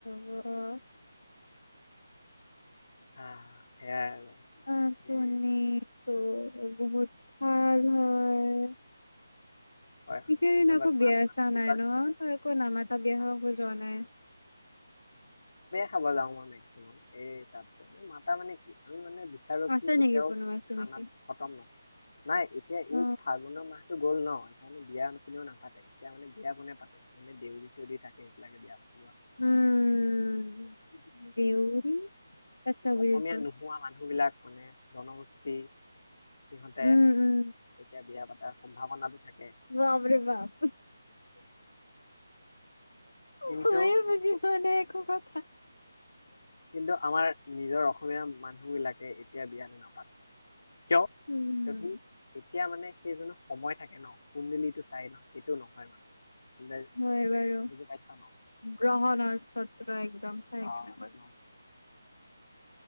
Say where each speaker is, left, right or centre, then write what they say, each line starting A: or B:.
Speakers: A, on the left; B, on the left.
A: হব
B: হ সেয়াই আৰু
A: অ তোনি
B: এই
A: ত বহুত ভাল হয়
B: হয়
A: সিকেইদিন
B: হয় ধন্যবাদ
A: আকৌ
B: মই
A: বিয়া
B: আপোনাক
A: চোৱা
B: বহুত
A: নাই
B: বাৰ
A: ন
B: ধন্যবাদ
A: তই আকৌ নামাটা বিয়া
B: নাই
A: হ খোজোৱা নাই
B: খাবা যা মে্কচিমাম এ তাত যে মানে মাতা মানে কি আমি মানে বিচাৰো
A: আছে
B: কি কেতিয়াও
A: নেকি কোনোবা চিনাকি
B: খানাটো খতম নহয় নাই এতিয়া
A: অ
B: এই ফাগুনৰ মাহ টো গ'ল নহয় সানে বিয়া কোও নাপাতে এতিয়া মানে বিয়া কোনে পাতে মনে দেউৰী চেউৰি থাকে সেইবিলাকে বিয়া পাতে মানে
A: উম দেউৰী আচ্ছা বুজিছো
B: অসমীয়া নোহোৱা মানুহ বিলাক মানে জনগোষ্ঠী সিহঁতে
A: উম উম
B: এতিয়া বিয়া পাতাৰ সম্ভাৱনা বি থাকে
A: বামৰে বাপ
B: কিন্তু
A: ময় বুজি মনে একো কথা
B: কিন্তু আমাৰ নিজৰ অসমীয়া মানুহবিলাকে এতিয়া বিয়াানো নাপাতে
A: উম
B: কিয় কিয়কি এতিয়া মানে সেইজনো সময় থাকে ন কুন্দিলিটো চাই ন সেইটো নহয় মানে আন্দাজ
A: হয়
B: মানে
A: বাৰ
B: বুজি পাইছা ন
A: গ্ৰহণ ছত্ৰ একদম চাই
B: অ
A: কেনেকৈ
B: ন ন